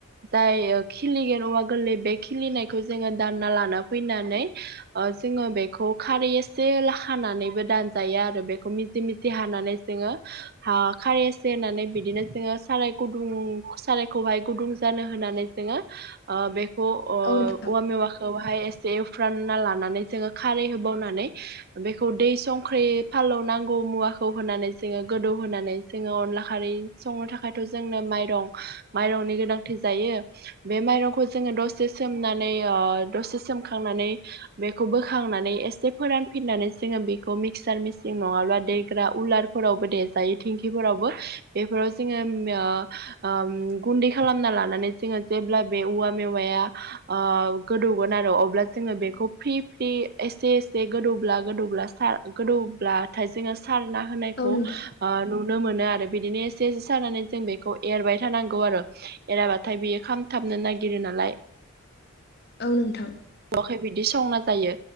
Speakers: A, on the right (about 45°); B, on the left (about 50°).
A: जाय खिलिगोन औवा गोरलै बे खिलिनायखौ जोङो दानना लाना फैनानै ओ जोङो बेखौ खारै एसे लाखानानैबो दानजायो आरो। बेखौ मिजि मिजि हानानै जोङो हा खारै एसे होननानै बिदिनो जोङो साराय गुदुं सारायखौहाय गुदुं जानो होननानै जोङो ओ बेखौ ओ
B: औ नोंथां औ नोंथां
A: औवा मेवा- खौहाय एसे एवफ्रानना लानानै जोङो खारै होबावनानै बेखौ दै संख्रि फालौ नांगौ मुवाखौ होनानै जोङो गोदौ होनानै जोङो अनला खारै संनो थाखाय जोंनो माइरं माइरंनि गोनांथि जायो। बे माइरंखौ जोङो दसे सोमनानै अ दसे सोमखांनानै बेखौ बोखांनानै एसे फोरानफिननानै जोङो बेखौ मिक्सार मिस- नङाब्ला देग्रा उलारफोरावबो देजायो दिंखिफोरावबो। बेफोराव जोङो ओ ओ गुन्दै खालामना लानानै जोङो जेब्ला बे औवा मेवाया ओ गोदौगोन आरो अब्ला जोङो बेखौ फ्रि फ्रि एसे एसे गोदौब्ला गोदौब्ला सार गोदौब्लाथाय जोङो सार ना होनायखौ
B: औ
A: ओ नुनो मोनो आरो बिदिनो एसे एसे सानानै जों बेखौ एरबाय थानांगौ आरो एराबाथाय बियो खामथाबनो नागिरो नालाय
B: ओं नोंथां
A: जखाय बिदि संना जायो